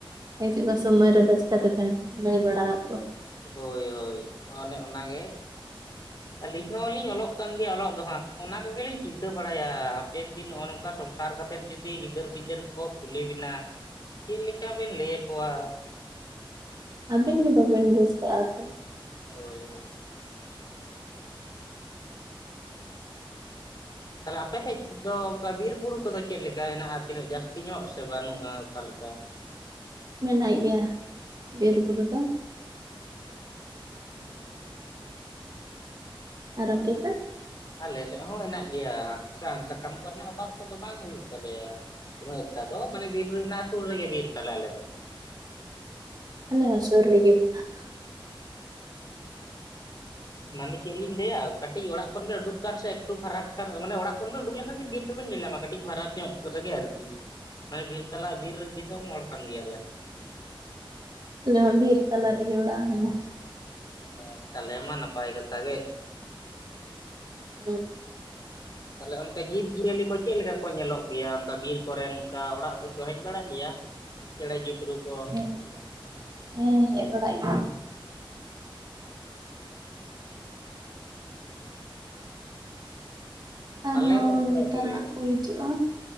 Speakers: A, on the right (about 50°); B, on the left (about 45°).
A: ᱦᱤᱡᱩᱜᱼᱟ ᱥᱚᱢᱚᱭ ᱨᱮᱫᱚ ᱪᱤᱠᱟᱹ ᱛᱮᱵᱮᱱ ᱞᱟᱹᱭ ᱵᱟᱲᱟ ᱟᱠᱚᱣᱟ ᱾
B: ᱦᱚᱭ ᱦᱚᱭ ᱚᱱᱮ ᱚᱱᱟᱜᱮ ᱾ ᱟᱹᱞᱤᱧ ᱦᱚᱸ ᱞᱤᱧ ᱚᱞᱚᱜ ᱠᱟᱱ ᱜᱮᱭᱟ ᱚᱞᱚᱜ ᱫᱚ ᱦᱟᱜ ᱾ ᱚᱱᱟ ᱠᱚᱜᱮ ᱞᱤᱧ ᱪᱤᱱᱛᱟᱹ ᱵᱟᱲᱟᱭᱟ ᱦᱟᱯᱮᱱ ᱫᱤᱱ ᱱᱚᱜᱼᱚ ᱱᱚᱝᱠᱟ ᱥᱚᱢᱥᱟ ᱥᱟᱨ ᱠᱟᱛᱮᱫ ᱡᱩᱫᱤ ᱜᱤᱫᱟᱹᱨ ᱯᱤᱫᱟᱹᱨ ᱠᱚ ᱠᱩᱞᱤ ᱵᱮᱱᱟ ᱪᱮᱫ ᱞᱮᱠᱟ ᱵᱮᱱ ᱞᱟᱹᱭ ᱟᱠᱚᱣᱟ ᱾
A: ᱟᱹᱵᱤᱱ ᱜᱮ ᱵᱟᱹᱵᱤᱱ ᱵᱩᱡᱽ ᱠᱟᱜᱼᱟ ᱛᱚ ᱾
B: ᱦᱚᱭ ᱦᱚᱭ ᱾ <unintelligible> ᱛᱟᱦᱚᱞᱮ ᱟᱯᱮ ᱥᱮᱫ ᱫᱚ ᱚᱱᱠᱟ ᱵᱤᱨ-ᱵᱩᱨᱩ ᱠᱚᱫᱚ ᱪᱮᱫ ᱞᱮᱠᱟ ᱦᱮᱱᱟᱜᱼᱟ ᱛᱤᱱᱟᱹᱜ ᱡᱟᱹᱥᱛᱤ ᱧᱚᱜ ᱥᱮ ᱵᱟᱹᱱᱩᱜᱼᱟ ᱚᱠᱟᱞᱠᱟ ᱾
A: ᱢᱮᱱᱟᱜ ᱜᱮᱭᱟ <inaudible> ᱵᱤᱨ-ᱵᱩᱨᱩ ᱫᱚ ᱾
B: ᱦᱩᱸ ᱾
A: ᱟᱨ ᱟᱯᱮ
B: ᱟᱪᱪᱷ
A: ᱥᱮᱫ
B: ᱟᱞᱮ ᱥᱮᱫ ᱦᱚᱸ ᱦᱮᱱᱟᱜ ᱜᱮᱭᱟ ᱥᱟᱦᱟᱱ ᱥᱟᱠᱟᱢ ᱠᱚᱨᱮᱱᱟᱜ ᱚᱵᱷᱟᱵᱽ ᱠᱚᱫᱚ ᱵᱟᱝ ᱦᱩᱭᱩᱜ ᱛᱟᱞᱮᱭᱟ ᱾ ᱩᱱᱟᱹᱜ ᱮᱠᱴᱟ ᱫᱚ ᱢᱟᱱᱮ ᱵᱤᱨ ᱨᱮᱱᱟᱜ ᱥᱩᱨ ᱨᱮᱜᱮ ᱵᱤᱨ ᱛᱟᱞᱮ ᱟᱞᱮ ᱫᱚ ᱾
A: ᱟᱞᱮ ᱦᱚᱸ ᱥᱩᱨ ᱨᱮᱜᱮ ᱢᱮᱱᱟᱜᱼᱟ ᱾
B: ᱢᱟᱱᱮ ᱪᱮᱫ ᱞᱤᱧ ᱞᱟᱹᱭᱟ ᱠᱟᱹᱴᱤᱡ ᱚᱲᱟᱜ ᱠᱷᱚᱱ ᱵᱮᱱ ᱩᱰᱩᱠ ᱡᱟᱱ ᱥᱮ ᱮᱠᱴᱩ ᱯᱷᱟᱨᱟᱠ ᱠᱟᱱ ᱢᱟᱱᱮ ᱚᱲᱟᱜ ᱠᱷᱚᱱ ᱫᱚ ᱩᱰᱩᱠ ᱞᱮ ᱜᱮ ᱵᱤᱨ ᱫᱚᱵᱤᱱ ᱧᱮᱞ ᱧᱟᱢᱟ ᱠᱟᱹᱴᱤᱡ ᱯᱷᱟᱨᱟᱠ ᱧᱚᱜ ᱨᱮᱜᱮ ᱟᱨᱠᱤ᱾ ᱦᱮᱸ ᱵᱤᱨ ᱛᱟᱞᱟ ᱵᱤᱨ ᱨᱮ ᱫᱤᱥᱚᱢ ᱦᱚᱲ ᱠᱟᱱ ᱜᱮᱭᱟᱞᱮ᱾
A: ᱟᱞᱮ ᱦᱚᱸ ᱵᱤᱨ ᱛᱟᱞᱟ ᱨᱮᱜᱮ ᱚᱲᱟᱜ ᱢᱮᱱᱟᱜᱼᱟ᱾
B: ᱚ ᱛᱟᱞᱮ ᱢᱟ ᱱᱟᱯᱟᱭ ᱠᱟᱛᱷᱟ ᱜᱮ᱾
A: ᱦᱮᱸ
B: ᱛᱟᱦᱚᱞᱮ ᱚᱱᱠᱟ ᱡᱤᱵᱽᱼᱡᱤᱭᱟᱹᱞᱤ ᱠᱚ ᱪᱮᱫ ᱞᱮᱠᱟ ᱠᱚ ᱧᱮᱞᱚᱜ ᱜᱮᱭᱟ? ᱚᱱᱠᱟ ᱵᱤᱨ ᱠᱚᱨᱮ ᱚᱝᱠᱟ ᱚᱲᱟᱜ ᱥᱮᱫ ᱠᱚ ᱦᱮᱡ ᱵᱟᱲᱟᱜ ᱜᱮᱭᱟ? ᱪᱮᱬᱮ ᱪᱩᱯᱨᱩ ᱠᱚ
A: ᱦᱮᱸ ᱦᱮᱸ ᱦᱮᱡ ᱵᱟᱲᱟᱜ ᱟᱨᱦᱚᱸ
B: ᱟᱞᱮ ᱦᱚᱸ ᱚᱱᱠᱟ
A: ᱱᱮᱛᱟᱨ
B: ᱜᱮ
A: ᱦᱟᱸᱜ ᱠᱚ ᱦᱤᱡᱩᱜᱼᱟ